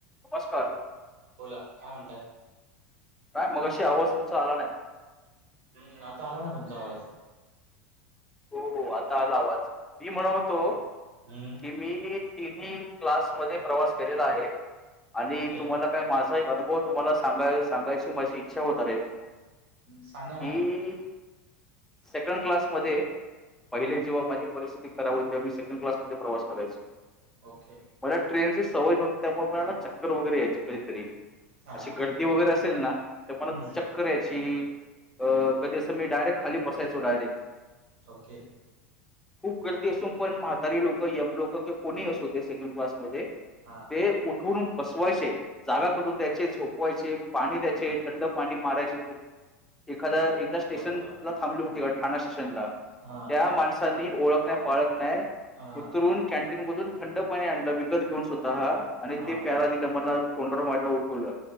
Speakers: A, in the centre; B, on the right (about 65°).
A: नमस्कार
B: बोला काय म्हणताय?
A: काय मग अशी आवाज तुमचा आला नाही
B: हम्म आता आला ना तुमचा आवाज
A: हो आता आला आवाज. मी म्हणत होतो
B: हम्म
A: की मी तिन्ही क्लास मध्ये प्रवास केलेला आहे आणि
B: ओके
A: तुम्हाला काय, माझा अु व तुम्हाला सांगाय सांगायची माझी इच्छा होत आहे.
B: सांगना...
A: की सेकंड क्लास मध्ये पहिले,
B: हा
A: जेव्हा माझी परिस्थिती सेकंड क्लास मध्ये प्रवास करायचं.
B: ओके
A: मला ट्रेन सवय नव्हती त्यामुळे ना चक्कर वगैरे याची
B: हा
A: अशी
B: हा
A: गर्दी वगैरे असेल ना, तर मला
B: हम्म
A: चक्कर याची अ... कधी असं मी डायरेक्ट खाली बसायचो, डायरेक्ट.
B: ओके.
A: ती अस पण म्हातारी लोक यंग लोक किं कोणी असूदे ते सेकंड क्लास म
B: हा हा
A: ते उठून बसवायचे, जागा करून द्यायचे, झोपवायचे पाणी द्याचे,
B: हा
A: थंड पाणी मारायचे. एखाद्या एकदा स्टेशन
B: बरोबर
A: ला थांबली होती ठाणा स्टेशनला
B: हा
A: त्या माणसांनी ओळख नाही पाळख
B: हा
A: उतरून, कॅनटीन मधून थंड पाणी आणलं विकत घेऊन हा आणि
B: हा
A: ते प्याला दिलं मला तोंडावर मारलं, उठवलं